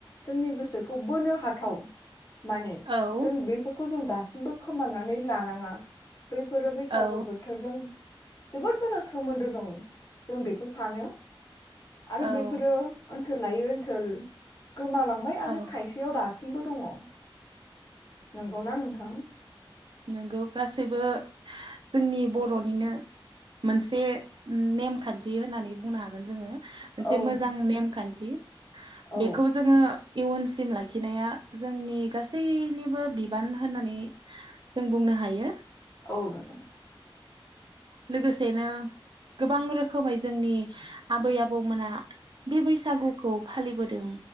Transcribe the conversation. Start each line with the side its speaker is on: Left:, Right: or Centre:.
Left: जोंनि गोसोखौ बोनो हाथाव । माने
Right: औ
Left: जों बेफो खौ जों दासिमबो खोमनानै लानाङा ‌। बैफोरो बैसागु
Right: औ
Left: बोथोरजों जोबोद मोजां सोमोन्दो दं ‌। जों बेखौ सानो । आरो
Right: औ
Left: बैफोरो ओ सोल लायो ओनसोल गोमालांबाय आरो
Right: औ
Left: खायसेयाव दास सिमबो दङ । नंगौ ना नो थां
Right: नोंगौ ‌। गासैबो जोंनि बर'निनो मोनसे नेमखान्थि होननानै बुंनो हागोन जोङो ‌। मोनसे
Left: औ
Right: मोजां
Left: नोंथां।
Right: नेमखान्थि ।
Left: औ
Right: बेखौ जोङो इयुनसिम लाखिनाया जोंनि गासैनिबो बिबान होननानै जों बुंनो हायो ।
Left: औ नोंदां ।
Right: लोगोसेनो गोबां रोखोमै जोंनि आबै आबौमोना बे बैसागुखौ फालिबोदों